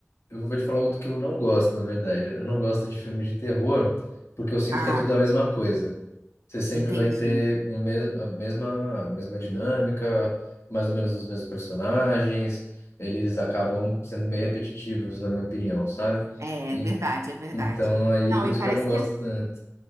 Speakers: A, on the left; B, on the right.
A: eu vou te falar o que eu não gosto, na verdade. Eu não gosto de filme de terror, porque eu sinto
B: Ah,
A: que é tudo a mesma coisa você sempre
B: entendi.
A: vai ter o mes- a mesma, a mesma dinâmica, mais ou menos os mesmos personagens, eles acabam sendo meio repetitivos, na minha opinião, sabe?
B: É,
A: En-
B: é verdade, é verdade.
A: Então, aí,
B: Não,
A: por
B: e
A: isso
B: parece
A: que eu não gosto
B: que é
A: tanto.